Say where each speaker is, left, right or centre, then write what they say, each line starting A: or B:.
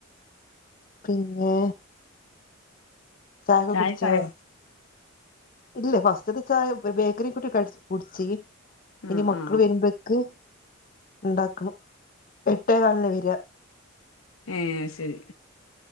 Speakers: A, on the left; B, on the left.
A: പിന്നെ ചായയൊക്കെ
B: ചായക്കായോ
A: കുടിച്ചോ? ഇല്ല ഫസ്റ്റ്ത്തെ ചായ ബേക്കറി കൂട്ടി കടിച് കുടിച്ചി
B: ആ
A: ഇനി മക്കള്
B: ആ
A: വെരുമ്പോ ക്ക് ഇണ്ടാക്കണം എട്ടേക്കാൽനാ വെരാ
B: ഏഹേ അഹ് സെരി